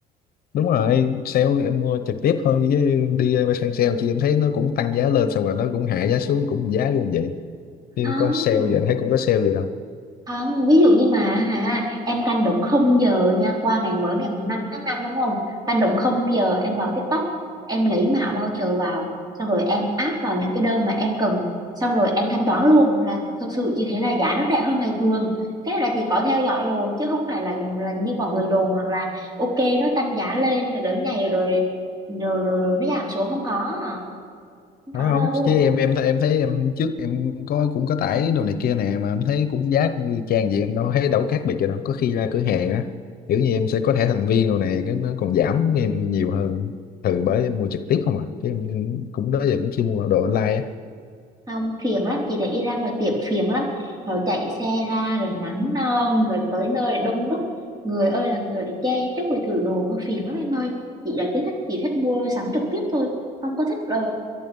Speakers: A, on the left (about 60°); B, on the right (about 25°).
A: đúng rồi sale em mua trực tiếp thôi chứ đi săn sale chị em thấy nó cũng tăng giá lên xong rồi nó cũng hạ giá xuống cũng giá luôn vậy chứ
B: Không.
A: có sale vậy em thấy cũng có sale vậy đâu
B: Không, ví dụ như mà hả, em canh đúng không giờ nha, qua ngày mới ngày mùng 5 tháng 5 đúng không? Canh đúng không giờ em vào TikTok, em lấy mã voucher vào, xong rồi em áp vào những cái đơn mà em cần, xong rồi em thanh toán luôn là thực sự chỉ thế là giá nó rẻ hơn ngày thường. Cái này là chị có theo dõi rồi chứ không phải là là như mọi người đồn rằng là ok nó tăng giá lên rồi đến ngày rồi rồi, rồi, rồi nó giảm xuống không có, không có
A: phải không
B: đâu.
A: chứ em em em thấy em trước em có cũng có tải đồ này kia nè mà em thấy cũng giá cũng y chang vậy em đâu thấy đâu khác biệt gì đâu có khi ra cửa hàng á kiểu như em sẽ có thẻ thành viên đồ này cái nó còn giảm em nhiều hơn thường bởi em mua trực tiếp không à chứ em cũng đó giờ cũng chưa mua đồ online á
B: không phiền lắm chị thấy ra ngoài tiệm phiền lắm rồi chạy xe ra rồi nắng non rồi tới nơi rồi đông đúc người ơi là người rồi chen chúc rồi thử đồ hơi phiền lắm em ơi chị là chỉ thích chị thích mua sắm trực tiếp thôi không có thích ờ,